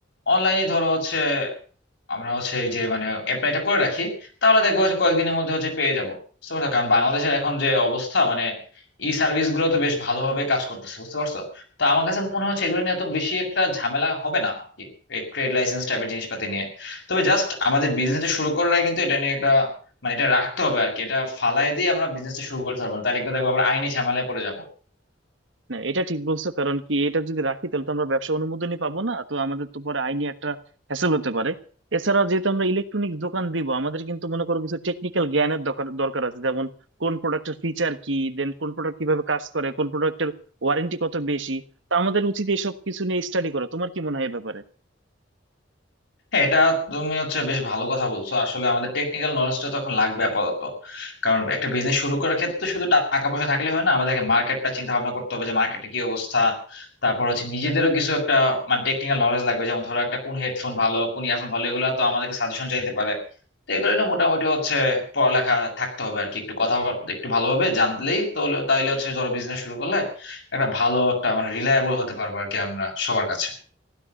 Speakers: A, on the left (about 75°); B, on the right (about 85°).
A: অনলাইনে ধরো হচ্ছে আমরা হচ্ছে এই যে মানে অ্যাপ্লাইটা করে রাখি তাহলে দেখবো হচ্ছে কয়েকদিনের মধ্যে হচ্ছে পেয়ে যাবো বুঝতে পারছো কারণ বাংলাদেশের এখন যে অবস্থা মানে ই সার্ভিস গুলো তো বেশ ভালোভাবে কাজ করতেছে বুঝতে পারছো তো আমার কাছে মনে হচ্ছে এগুলো নিয়ে তো বেশি একটা ঝামেলা হবে না আর কি এই ট্রেড লাইসেন্স টাইপের জিনিসপাতি নিয়ে তবে জাস্ট আমাদের বিজনেসটা শুরু করার আগে কিন্তু এটা নিয়ে একটা মানে এটা রাখতে হবে আর কি এটা ফালাই দিয়ে আমরা বিজনেসটা শুরু করতে পারবো না তাহলে কিন্তু দেখবো আবার আইনি ঝামেলায় পড়ে যাব
B: না এটা ঠিক বলছো কারণ কি এটা যদি রাখি তাহলে তো আমরা ব্যবসা অনুমোদনই পাবো না তো আমাদের তো পরে আইনি একটা হ্যাসেল হতে পারে এছাড়া যেহেতু আমরা ইলেকট্রনিক দোকান দিব আমাদের কিন্তু মনে করো কিছু টেকনিক্যাল জ্ঞানের দরকার দরকার আছে যেমন কোন প্রোডাক্টের ফিচার কি দেন কোন প্রোডাক্ট কিভাবে কাজ করে কোন প্রোডাক্টের ওয়ারেন্টি কত বেশি তো আমাদের উচিত এসব কিছু নিয়ে স্টাডি করা তোমার কি মনে হয় এ ব্যাপারে
A: হ্যাঁ এটা তুমি হচ্ছে বেশ ভালো কথা বলছো আসলে আমাদের টেকনিক্যাল নলেজটা তখন লাগবে আপাতত কারণ একটা বিজনেস শুরু করার ক্ষেত্রে তো শুধু টাকা পয়সা থাকলে হয় না আমাদেরকে মার্কেটটা চিন্তা ভাবনা করতে হবে যে মার্কেটে কি অবস্থা তারপর হচ্ছে নিজেদেরও কিছু একটা মানে টেকনিক্যাল নলেজ লাগবে যেমন ধরো একটা কোন হেডফোন ভালো কোন ইয়ারফোন ভালো এগুলো তো আমাদেরকে সাজেশন চাইতে পারে তো এগুলো নিয়ে মোটামুটি হচ্ছে পড়ালেখা থাকতে হবে আর কি একটু কথাবার্তা একটু ভালোভাবে জানলেই তো হলো- তাইলে হচ্ছে ধরো বিজনেস শুরু করলে একটা ভালো একটা মানে রিলায়েবল হতে পারবো আর কি আমরা সবার কাছে